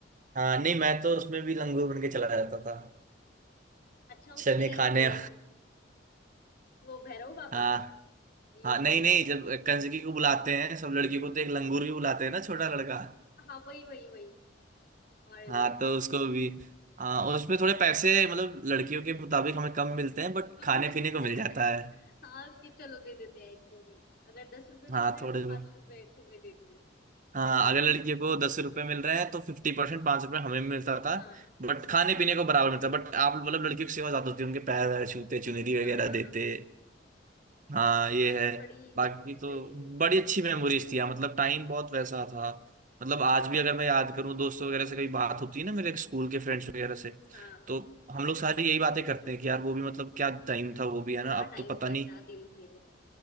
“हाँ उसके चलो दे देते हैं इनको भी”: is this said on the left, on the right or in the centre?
Left